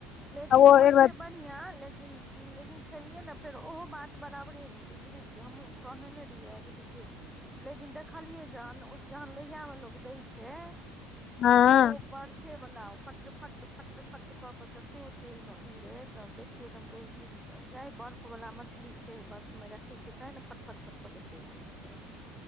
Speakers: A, in the centre; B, on the left.
A: लेकिन
B: आ ओ
A: होय
B: एक
A: छै
B: बेर
A: ब ढ़िया लेकिन-लेकिन खेलियै नै फेर ओहो बात बराबरे भेलय बुझय छियै हम्हुँ कहनै नै रीहो जे लीसे से लेकिन देखलियै जहन ओ जहन लोहिया मे लोग दै छै
B: हँ
A: तऽ ओ बड़ फे बला उ फट-फट-फट-फट क के तत्ते उ तेल मे उड़े तब देख देखिए तै हम कहियै कि जे जैं बर्फ बला मछली छै बर्फ मे रखै छै तें ने फट-फट-फट फट एतय उड़य छै।